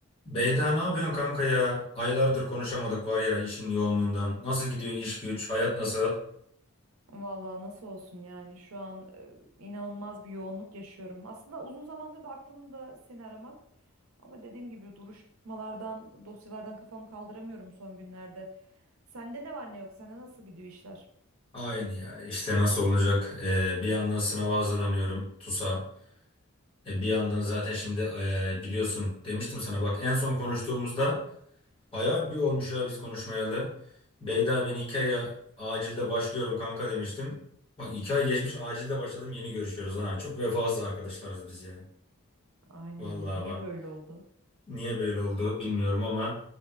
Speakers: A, on the left; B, on the right.
A: Beyda ne yapıyorsun kanka ya? Aylardır konuşamadık var ya işin yoğunluğundan. Nasıl gidiyor iş güç? Hayat nasıl?
B: Vallahi nasıl olsun yani şu an e, inanılmaz bir yoğunluk yaşıyorum. Aslında uzun zamandır da aklımda seni aramak ama dediğim gibi duruşmalardan, dosyalardan kafamı kaldıramıyorum son günlerde. Sende ne var ne yok? Sende nasıl gidiyor işler?
A: Aynı ya işte nasıl olacak? Ee, bir yandan sınava hazırlanıyorum TUS'a. E, bir yandan zaten şimdi e, biliyorsun demiştim sana bak en son konuştuğumuzda bayağı bir olmuş ya biz konuşmayalı. Beyda ben iki aya acilde başlıyorum kanka demiştim. Bak iki ay geçmiş acilde başladım yeni görüşüyoruz ha. Çok vefasız arkadaşlarız biz ya.
B: Aynen
A: Vallahi
B: ya. Niye
A: bak.
B: böyle oldu?
A: Niye böyle oldu bilmiyorum ama